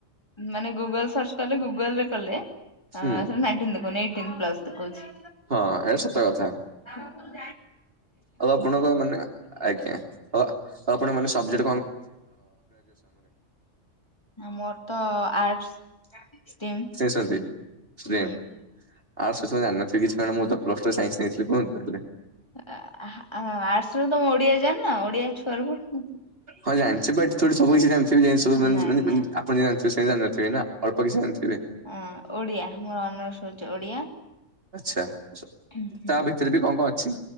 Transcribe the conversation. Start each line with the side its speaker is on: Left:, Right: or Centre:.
Left: ମାନେ ଗୁଗଲ ସର୍ଚ୍ଚ କଲେ ଗୁଗଲ ରେ କଲେ।
Right: ହୁଁ
Left: ଆ ଥେରେ ନାଇଣ୍ଟିନ୍ ଦେଖଉନି ଏଇଟିନ୍ ପ୍ଲସ୍ ଦେଖଉଛି।
Right: ହଁ ଏଇଟା ସତ କଥା।
Left: ହଁ।
Right: ଆଉ ଆପଣଙ୍କ ମାନେ ଆଜ୍ଞା ଆଉ ଆପଣଙ୍କ ମାନେ ସବଜେକ୍।
Left: ମୋର ତ ଆର୍ଟସ। ଷ୍ଟିମ୍।
Right: ତଥାପି ଷ୍ଟ୍ରିମ।
Left: ହୁଁ।
Right: ଆଟ୍ସ ବିସୟରେ ଜଣିନଥିବି କିଛି କାହିଁକି ନା ମୁଁ ତ ପ୍ଲସ ଟୁ ରେ ସାଇନ୍ସ ନେଇଥିଲି କୁହନ୍ତୁ ତାହେଲେ।
Left: ଆଁ ଆଟର୍ସ ରେ ତମ ଓଡିଆ ଜାଣି ନା ଓଡିଆ ଛୁଆର ପଢୁନ
Right: ହଁ ଜାଣିଛି ବଟ ଥୋଡି ସବୁ କିଛି ଜାଣିଛି। ଥିବି ଯେମିତି ସବୁ ମାନେ
Left: ନାଇଁ
Right: ମାନେ
Left: ନା।
Right: ମାନେ ଆପଣ ଯେମତି ଜାଣିଥିବେ ସେମତି ଜାିଣିନଥିବି ନା ଅଳ୍ପ କିଛି ଜାଣିଥିବି।
Left: ହଁ ଓଡିଆ ମୋର ଅନର୍ସ ହଉଛି ଓଡିଆ।
Right: ଆଛା
Left: ହୁଁ ହୁଁ
Right: ତା ଭିତରେ ବି କଁ କଁ ଅଛି।